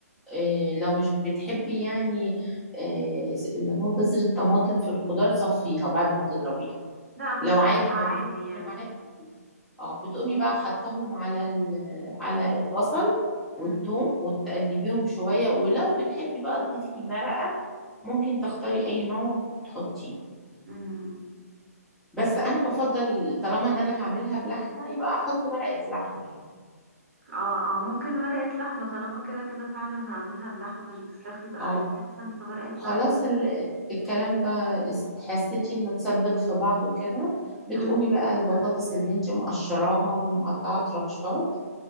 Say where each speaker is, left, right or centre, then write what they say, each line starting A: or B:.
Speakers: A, in the centre; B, on the right.
A: آه، لو مش بتحبي يعني آه، اللي هو بذرة طماطم في الخضار صفيها بعد ما تضربيها
B: لا مش
A: لو
B: فارقة
A: عادي ما
B: عادي
A: بتفرقش
B: يعني
A: اه بتقومي بقى حطهم على ال- على البصل
B: مم،
A: والثوم وتقلبيهم شوية ولو بتحبي بقى تضيفي مرقة ممكن تختاري أي نوع وتحطيه
B: مم، مم.
A: بس أنا بفضل طالما إن أنا هعملها بلحمة يبقى أحط مرقة لحمة يعني
B: اه اه ممكن ورقة لحمة طالما كده كده فعلا هعملها بلحمة مش بفراخ يبقى خليها
A: اه
B: احسن في ورقة
A: وخلاص
B: لحمة
A: ال- الكلام ده است- حسيتي انه تسبك في بعضه كده بتقومي
B: مم،
A: بقى البطاطس اللي انت مقشراها ومقطعه ترانشات